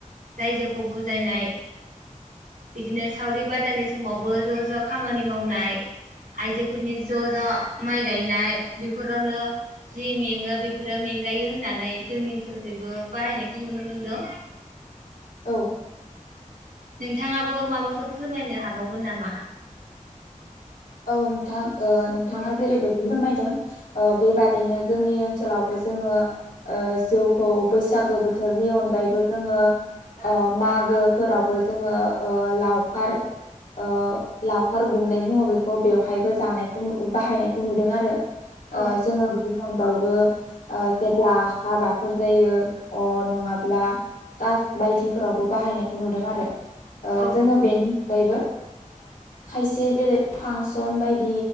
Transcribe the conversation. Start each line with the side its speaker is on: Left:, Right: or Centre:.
Right: रायजोखौ बुजायनाय। बिदिनो सावरि बादालि समावबो ज ज खामानि मावनाय, आइजोफोरनि ज ज माइ गायनाय बेफोरावनो जि मेङो बेफोरो मेंगायो होननानै जोंनि ओनसोलखैबो बाहायनायखौ नुनो मोनदों।
Left: औ।
Right: नोंथाङाबो माबाफोर फोरमायनो हाबावगोन नामा?
Left: औ नोंथां ओ नोंथाङा
Right: औ
Left: जेरैबायदि फोरमायदों बेबादिनो जोंनि ओनसोलावबो जोङो ओ जौखौ बैसागो बोथोरनि अनगायैबो जोङो ओ मागोफोरावबो जोङो लावखार ओ लावखार गुमनाय बुङो बेखौ बेवहायबो जानायखौ बाहायनायखौ नुदों आरो
Right: औ
Left: ओ जोङो बेनि अनगायैबो ओ जेब्ला हाबा फोर जायो अ नङाब्ला कास बायदिफोरावबो बाहायनायखौ नुदों आरो ओ
Right: औ
Left: जोङो बेनि अनगायैबो खायसे जेरै फांसन बायदि